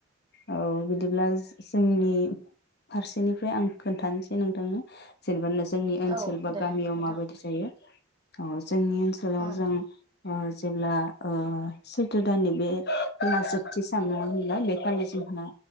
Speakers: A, on the left; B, on the right.
A: औ औ बिदिब्ला जोंनि फारसेनिफ्राय आं खोन्थानिसै नोंथांनो जेनेबा नों जोंनि ओनसोल
B: औ
A: बा
B: दे
A: गामियाव
B: नोंथां
A: माबायदि जायो औ जोंनि ओनसोलाव
B: ओं
A: जों ओ जेब्ला सैथो दाननि बे जोबथि सान नङा होनब्ला बे खालि जोंहा